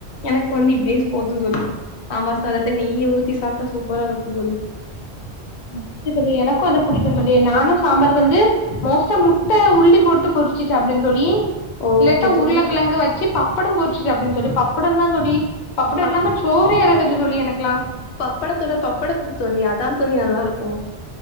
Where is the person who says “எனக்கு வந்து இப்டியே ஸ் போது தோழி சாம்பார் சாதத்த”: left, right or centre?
Left